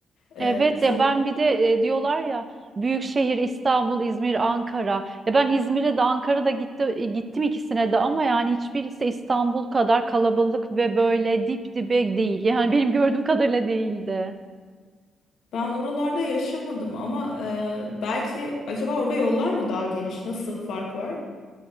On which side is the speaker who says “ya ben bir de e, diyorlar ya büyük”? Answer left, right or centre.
Right